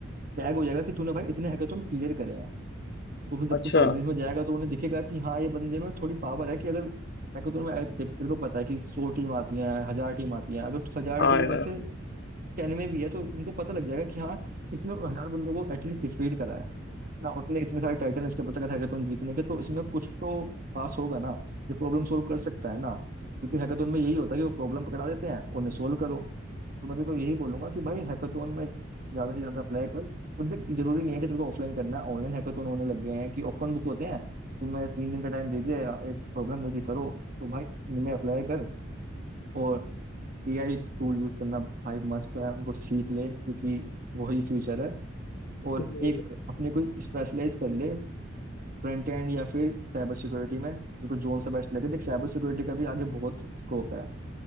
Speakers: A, on the right (about 45°); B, on the left (about 55°).
A: टैग हो जाएगा कि तूने भाई इतने हैकाथॉन क्लियर करे हैं तो फिर जब
B: अच्छा
A: तू कंपनीज में जाएगा तो उन्हें दिखेगा कि हाँ ये बंदे में थोड़ी पावर है कि अगर हैकाथॉन में देख तेरे को पता है कि सौ टीम आती हैं हजार टीम आती हैं अगर तो हजार
B: हाँ
A: टीम
B: यार
A: में से टेन में भी है तो उनको पता लग जाएगा कि हाँ इसने हजार बंदों को एटलीस्ट डिफीट करा है ना उसने इतने सारे टाइटल इसके पास अगर हैकाथॉन जीतने के तो इसमें कुछ तो पास होगा ना ये प्रॉब्लम सोल्व कर सकता है ना क्योंकि हैकाथॉन में यही होता है कि वो प्रॉब्लम पकड़ा देते हैं उन्हें सोल्व करो तो मैं तेरे को यही बोलूंगा कि भाई हैकाथॉन में ज्यादा से ज्यादा अप्लाई कर और देख जरूरी नहीं है कि तेरे को ऑफलाइन करना है ऑनलाइन हैकाथॉन होने लग गए हैं कि ओपन बुक होते हैं तुम्हें तीन दिन का टाइम दे दिया एक प्रॉब्लम दे दी करो तो भाई इनमें अप्लाई कर और एआई टूल यूज करना भाई मस्त है उनको सीख ले क्योंकि वही फ्यूचर है और
B: हम्म,
A: एक अपने को स्पेशलाइज कर ले फ्रंट एंड या फिर साइबर सिक्योरिटी में तेरे जोन सा बेस्ट लगे देख साइबर सिक्योरिटी का भी आगे बहुत स्कोप है